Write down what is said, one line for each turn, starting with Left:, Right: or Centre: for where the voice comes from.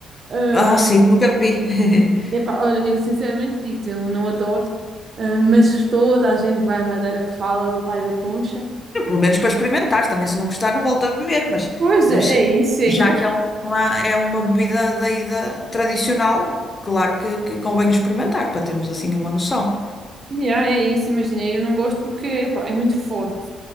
Right: Eh,
Left: Ah, sim, nunca bebi. <laughs>
Right: epá, olha, eu sinceramente digo-te, eu não adoro, eh, mas toda a gente que vai à Madeira fala do raio da poncha.
Left: Pelo menos para experimentar também. Se não gostar, não volto a beber, mas,
Right: Pois
Left: mas
Right: é, é isso aí.
Left: já que é uma, é uma bebida daí da, tradicional, claro que, que convém experimentar para termos assim uma noção.
Right: Yeah, é isso, imaginei. Eu não gosto porque epá, é muito forte.